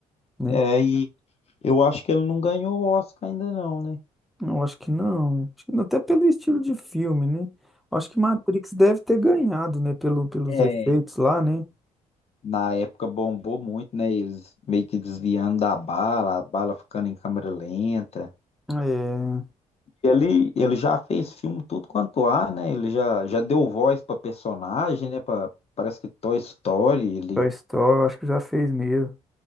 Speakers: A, in the centre; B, on the left.
A: né?
B: É, e eu acho que ele não ganhou o Oscar ainda não, né?
A: Eu acho que não, acho que não, até pelo estilo de filme, né? Acho que Matrix deve ter ganhado, né, pelo, pelos
B: É,
A: efeitos lá, né?
B: Na época bombou muito, né? Eles meio que desviando da bala, a bala ficando em câmera lenta.
A: É,
B: Ele, ele já fez filme tudo quanto há, né? Ele já, já deu voz para personagem, né? Pra, parece que Toy Story, ele
A: Toy Story, acho que já fez mesmo.